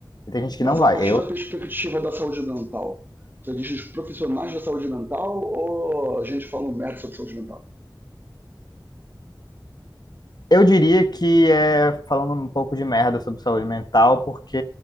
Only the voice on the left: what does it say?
E tem gente
que não vai.
Eu
eu diria que é falando um pouco de merda sobre saúde mental, porque